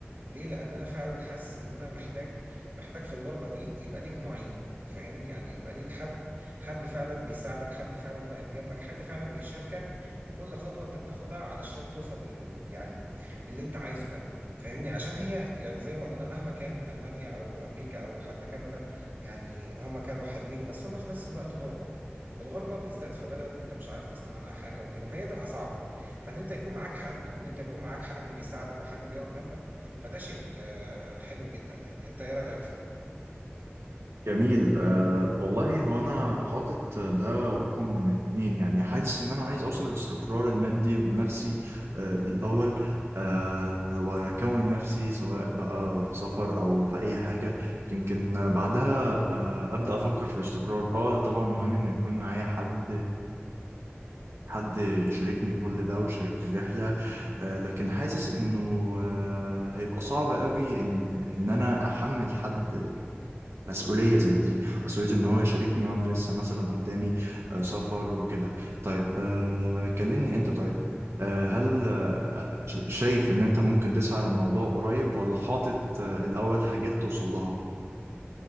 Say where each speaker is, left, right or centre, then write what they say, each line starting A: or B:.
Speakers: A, on the right; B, on the right.
A: ليه؟ لأن أنا فعلا حاسس إن أنا محتاج محتاج في الغربة دي يبقى ليك معين فاهمني يعني يبقى ليك حد حد فعلا بيساعدك حد فعلا واقف جنبك حد فعلا بيشاركك في كل خطوة أنت بتاخدها علشان توصل لل يعني للي أنت عايزه ده فاهمني عشان هي يعني زي ما قلنا مهما كان ألمانيا أو أمريكا أو حتى كندا يعني هما كانوا حلوين بس هما في نفس الوقت غربة والغربه بالذات في بلد انت مش عارف اصلا عنها حاجه وكده فهي تبقى صعبه فان انت يكون معاك حد وان انت يكون معاك حد بيساعدك وحد بيقف جنبك فده شيء آه، حلو جدا يعني انت ايه رايك في ده
B: جميل أه والله هو أنا حاطط ده رقم اتنين يعني حاسس إن أنا عايز أوصل للاستقرار المادي والنفسي أه الأول أه وأكون نفسي سواء بقى في سفر أو في أي حاجة يمكن بعدها أه أبدأ أفكر في الاستقرار أه طبعا مهم إنه يكون معايا حد حد يشاركني كل ده ويشاركني الرحلة أه لكن حاسس إنه أه هيبقى صعب قوي إن إن أنا أحمل حد مسؤولية زي دي مسؤولية إن هو يشاركني وأنا لسه مثلا قدامي آه، سفر وكده طيب آه، كلمني أنت طيب آه، هل آه، ش- شايف إن أنت ممكن تسعى للموضوع قريب ولا حاطط آه، الأول حاجات توصل لها؟